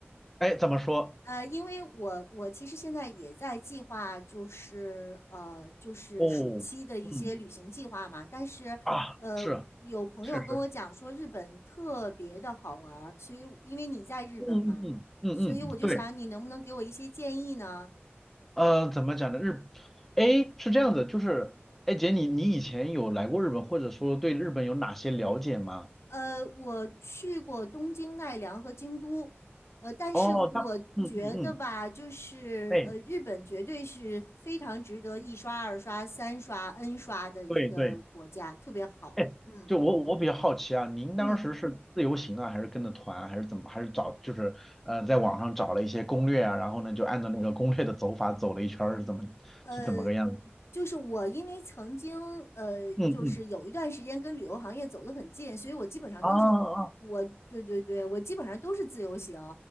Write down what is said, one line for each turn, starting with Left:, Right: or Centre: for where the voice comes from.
Centre: 哎，怎么说？
Left: 呃，因为我我其实现在也在计划，就是呃，就是暑期的一些旅行计划嘛，
Centre: 哦，嗯
Left: 但是呃，
Centre: 啊，是啊，
Left: 有朋友跟我讲说日本特别的好玩儿所以因为你在日本嘛，
Centre: 确实，嗯嗯嗯嗯嗯，
Left: 所以我就想你能不能给我一些建议呢？
Centre: 对，呃，怎么讲呢？日，哎，是这样子，就是，哎姐，你你以前有来过日本，或者说对日本有哪些了解吗？
Left: 呃，我去过东京、奈良和京都，呃，但是我觉得吧，
Centre: 哦，那，嗯嗯嗯，
Left: 就是呃，
Centre: 哎，
Left: 日本绝对是非常值得一刷、二刷、三刷、N 刷的一个国家，
Centre: 对对。
Left: 特别好。
Centre: <laughs> 哎，
Left: 嗯
Centre: 就我我比较好奇啊，您当时是自由行啊，
Left: 嗯，
Centre: 还是跟着团啊还是怎么，还是找就是呃在网上找了一些攻略啊，然后呢就按照那个攻略的走法走了一圈儿，是怎么是怎么个样子？
Left: 呃，就是我，因为曾经呃，
Centre: 嗯嗯，
Left: 就是有一段时间跟旅游行业走得很近，所以我基本上都是我，
Centre: 啊啊
Left: 对对对，我基本上都是自由行，